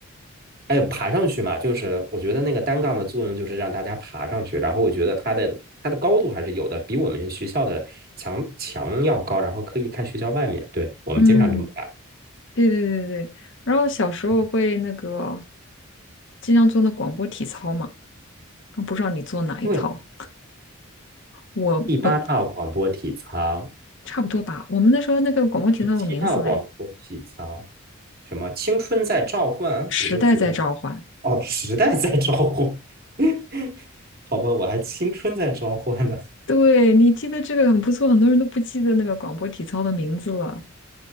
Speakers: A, on the right; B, on the left.
A: 还有爬上去嘛，就是我觉得那个单杠的作用就是让大家爬上去，然后我觉得它的它的高度还是有的，比我们学校的墙墙要高，然后可以看学校外面。对，我们经常这么干。
B: 嗯，对对对对，然后小时候会那个
A: 嗯
B: 经常做那广播体操嘛，啊不知道你做哪一套？
A: 因为
B: 我我
A: 第八套广播体操，
B: 差不多吧。我们那时候那个广播体操有名字嘞，
A: 第七套广播体操，什么青春在召唤，
B: 《时代在召唤》。
A: 我就觉得哦，时代在召唤，<laughs> 好吧，我还青春在召唤呢。
B: 对，你记得这个很不错，很多人都不记得那个广播体操的名字了。